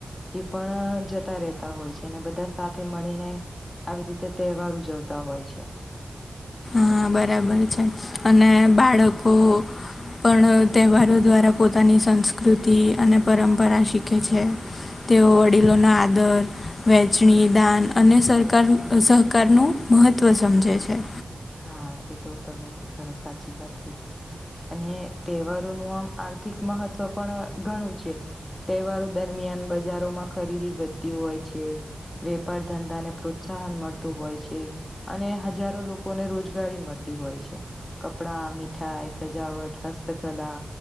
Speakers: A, on the left; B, on the left.
A: એ પણ જતા રહેતા હોય છે અને બધા સાથે મળીને આવી રીતે તહેવાર ઉજવતા હોય છે.
B: હા બરાબર છે અને બાળકો પણ તહેવારો દ્વારા પોતાની સંસ્કૃતિ અને પરંપરા શીખે છે. તેઓ વડીલોના આદર વહેચણી દાન અને સરકાર સહકારનું મહત્ત્વ સમજે છે.
A: હા એ તો તમે ઘણી સાચી વાત કીધી અને તહેવારોનું આમ આર્થિક મહત્ત્વ પણ ઘણું છે. તહેવારો દરમિયાન બજારોમાં ખરીદી વધતી હોય છે. વેપાર ધંધાને પ્રોત્સાહન મળતું હોય છે અને હજારો લોક કોને રોજગારી મળતી હોય છે કપડા મીઠાઈ સજાવટ હસ્તકલા